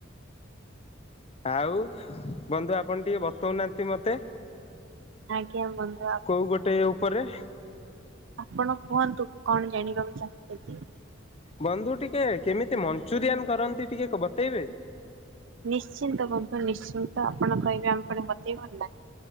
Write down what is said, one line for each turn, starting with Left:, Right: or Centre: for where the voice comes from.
Left: ଆଉ ବନ୍ଧୁ ଆପଣ ଟିକେ ବତଉନାହାନ୍ତି ମତେ।
Right: ଆଜ୍ଞା ବନ୍ଧୁ ଆ
Left: କୋଉ ଗୋଟେ ଉପରେ।
Right: ଆପଣ କୁହନ୍ତୁ କଣ ଜାଣିବାକୁ ଚାହୁଁଚନ୍ତି?
Left: ବନ୍ଧୁ ଟିକେ କେମିତି ମଞ୍ଚୁରିଆନ କରନ୍ତି ଟିକେ ବତେଇବେ?
Right: ନିଶ୍ଚିନ୍ତ ବନ୍ଧୁ ନିଶ୍ଚିନ୍ତ ଆପଣ କହିବେ ଆମ ଫୁଣି ବତେଇବୁନି ନା।